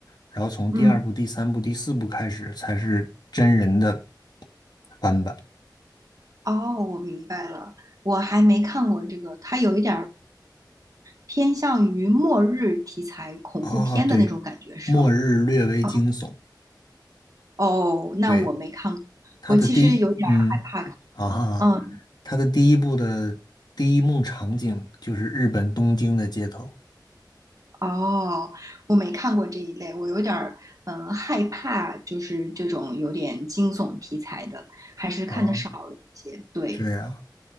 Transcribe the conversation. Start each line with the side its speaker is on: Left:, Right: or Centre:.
Left: 然后从第二部、
Right: 嗯，
Left: 第三部、第四部开始才是真人的翻版
Right: 哦，我明白了，我还没看过这个，它有一点儿偏向于末日题材恐怖片的那种感觉，
Left: 啊，对，
Right: 是吗？
Left: 末日略微惊悚，
Right: 哦，哦那我没看过，
Left: 对，它的第一，
Right: 我其实有点儿害怕看这种。
Left: 嗯，啊哈，
Right: 嗯，
Left: 它的第一部的第一幕场景就是日本东京的街头
Right: 哦，我没看过这一类，我有点儿嗯、呃害怕，就是这种有点惊悚题材的，还是看的少了一些。
Left: 啊，
Right: 对，
Left: 这样。